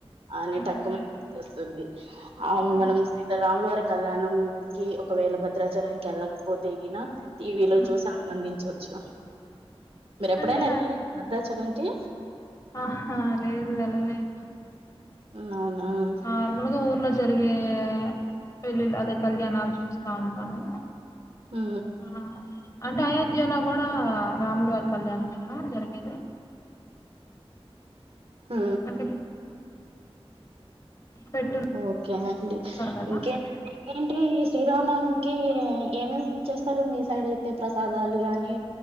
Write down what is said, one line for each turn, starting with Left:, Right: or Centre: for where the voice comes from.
Right: అని
Left: ఉమ్
Right: టక్కుమని గుర్తొస్తుంది ఆ
Left: ఉమ్
Right: మనం సీతారాముల వారికి కళ్యాణం కి ఒకవేళ భద్రాచలంకి వెళ్ళకపోతేగిన టీవీలో
Left: ఉమ్.
Right: చూసి ఆనందించవచ్చు మీరు ఎప్పుడైనా
Left: అంటే
Right: వెళ్ళ భద్రాచల కి
Left: ఆహా లేదు వెల లేదు
Right: హ్మ్. అవునా!
Left: నార్మల్గా
Right: ఓకే.
Left: ఊర్లో జరిగే పెళ్ళళ్ళ అదే కళ్యాణాలు చూస్తా ఉంటాము
Right: ఆ
Left: ఆ అంటే అయోధ్యలో కూడా రాములు వారి కళ్యాణమేనా జరిగేది
Right: ఆ
Left: అంటే పెట్టున్నారు
Right: ఓకే అండి
Left: కదా
Right: ఇంకే ఏంటి కల్యాణానికి ఏమేం చేస్తారు మీ సైడ్ అయితే ప్రసాదాలు గానీ